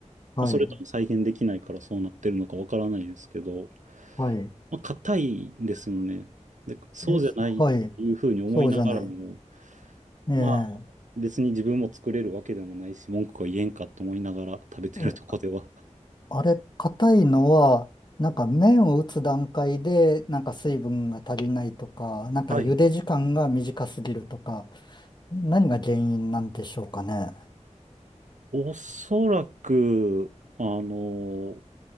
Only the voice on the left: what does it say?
はい、
はい。
え、はい、そうじゃない。ええ
え、あれ、硬いのは、なんか麺を打つ段階で、なんか水分が足りないとか、なんか茹で時間が短すぎるとか、
何が原因なんでしょうかね。